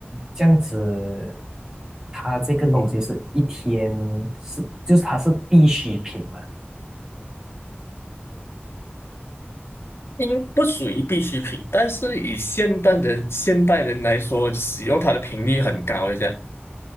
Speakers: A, on the right (about 15°); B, on the left (about 75°).
A: 这样子，它这个东西是一天是，
B: 嗯，
A: 就是它是必需品嘛？
B: 应不属于必需品，但是以现代的现代人来说，使用它的频率很高一下